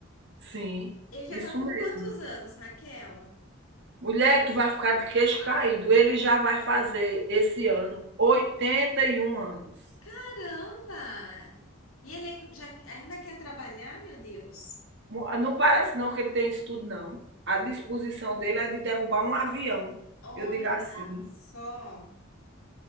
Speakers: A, on the right; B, on the left.
A: Sim,
B: Ele já
A: isso
B: tá com
A: mesmo.
B: quantos anos, Raquel?
A: Mulher, tu vai ficar de queixo caído. Ele já vai fazer esse ano 81 anos.
B: Caramba! E ele ain- já, ainda quer trabalhar, meu Deus?
A: Mu- ah, Não parece não que ele tem isso tudo, não. A disposição dele é de derrubar um avião.
B: Olha
A: Eu digo assim.
B: só.